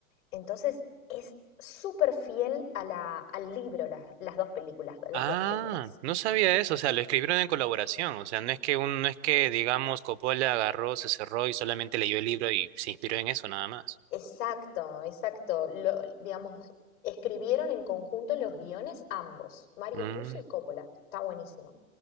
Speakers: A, on the left; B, on the right.
A: Entonces es súper fiel a la, al libro, las, las dos películas, las
B: Ah,
A: dos primeras.
B: no sabía eso, o sea, lo escribieron en colaboración, o sea, no es que un, no es que, digamos, Coppola agarró, se cerró y solamente leyó el libro y se inspiró en eso nada más.
A: Exacto, exacto. Lo- digamos, escribieron en conjunto los guiones ambos, Mario
B: Mm,
A: Puzo y Coppola. Está buenísimo.